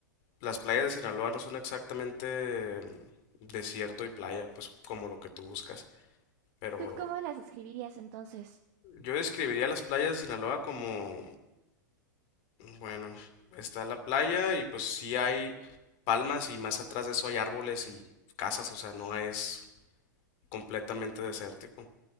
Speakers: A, on the left; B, on the right.
A: las playas de Sinaloa no son exactamente desierto y playa, pues como lo que tú buscas. Pero
B: ¿Tú cómo las describirías entonces?
A: yo describiría las playas de Sinaloa como, bueno, está la playa y pues sí hay palmas y más atrás de eso hay árboles y casas, o sea, no es completamente desértico.